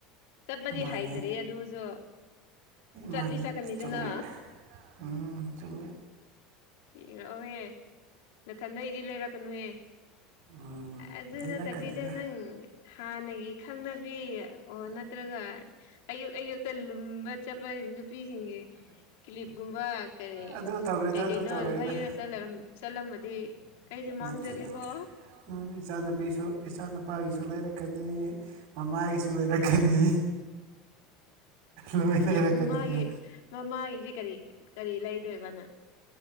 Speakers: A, on the left (about 80°); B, on the right (about 55°).
A: ꯆꯞꯄꯗꯤ
B: ꯃꯥꯅꯦ
A: ꯍꯥꯏꯥꯏꯇꯔꯤ ꯑꯗꯣꯁꯨ ꯆꯥꯕꯤ
B: ꯃꯥꯅꯦ
A: ꯁꯀꯅꯤꯗꯅ
B: ꯆꯨꯝꯃꯦ ꯎꯝ ꯆꯨꯝꯃꯦ
A: ꯏꯔꯛꯑꯣꯍꯦ ꯅꯊꯟꯗꯩꯗꯤ ꯂꯩꯔꯛꯀꯅꯨꯍꯦ
B: ꯎꯝ
A: ꯑꯗꯨ
B: ꯂꯩꯔꯛꯀꯅꯤꯗ
A: ꯅꯠꯇꯕꯤꯗ ꯅꯪ ꯍꯥꯟꯅꯒꯤ ꯈꯪꯅꯕꯤ ꯑꯣ ꯅꯠꯇ꯭ꯔꯒ ꯑꯌꯨꯛ ꯑꯌꯨꯛꯇ ꯂꯨꯝꯕ ꯆꯠꯄ ꯅꯨꯄꯤꯁꯤꯡꯒꯤ ꯀꯤꯂꯤꯞꯀꯨꯝꯕ ꯀꯔꯤ
B: ꯑꯗꯨ ꯇꯧꯔꯣꯏꯗ
A: ꯀꯩ
B: ꯑꯗꯨ
A: ꯀꯩꯅꯣ
B: ꯇꯧꯔꯣꯏꯗ
A: ꯂꯩꯔꯂ ꯆꯠꯂꯝꯃꯗꯤ ꯀꯩꯗꯤ ꯃꯥꯡꯖꯔꯦꯀꯣ
B: ꯅꯠꯇꯦ ꯅꯠꯇꯦ ꯏꯆꯥꯅꯨꯄꯤꯁꯨ ꯏꯆꯥꯅꯨꯄꯥꯒꯤꯁꯨ ꯂꯩꯔꯛꯀꯅꯤ ꯃꯃꯥꯒꯤꯁꯨ ꯂꯩꯔꯛꯀꯅꯤ ꯂꯣꯏ ꯂꯩꯔꯛꯀꯅꯤꯌꯦ
A: ꯃꯃꯥꯒꯤ ꯃꯃꯥꯒꯤꯁꯤꯦ ꯀꯔꯤ ꯀꯔꯤ ꯏꯂ ꯏꯗꯣꯏꯦ ꯋꯥꯅꯥ